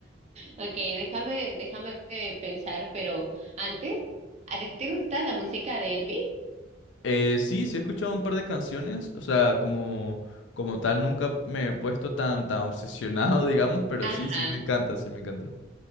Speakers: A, on the right; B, on the left.
A: Ok, déjame, déjame eh, pensar, pero antes, ¿a ti te gusta la música de Elvis?
B: Eh, sí, sí he escuchado un par de canciones, o sea, como, como tal nunca me he puesto tan, tan obsesionado, <laughs> digamos, pero
A: Ajá,
B: sí, sí me encanta, sí me encanta.